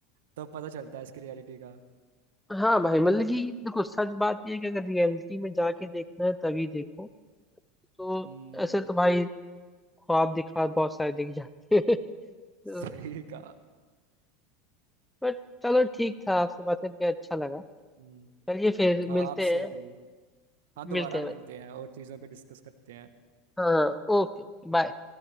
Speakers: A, on the right; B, in the centre.
A: तब पता चलता है इसकी रियलिटी का
B: हैं। हाँ भाई मतलब कि देखो सच बात ये है कि अगर रियलिटी में जाके देखना है तभी देखो तो
A: हम्म
B: ऐसे तो भाई ख्वाब दिखा बहुत सारे दिख जाते हैं <laughs> तो
A: सही कहा
B: बट चलो ठीक था आपसे बात करके अच्छा लगा
A: हम्म
B: चलिए फिर
A: हाँ
B: मिलते
A: आपसे
B: हैं
A: भी हाँ दोबारा
B: मिलते हैं
A: मिलते
B: भाई
A: हैं और चीज़ों पे डिस्कस करते हैं
B: हाँ ओके बाय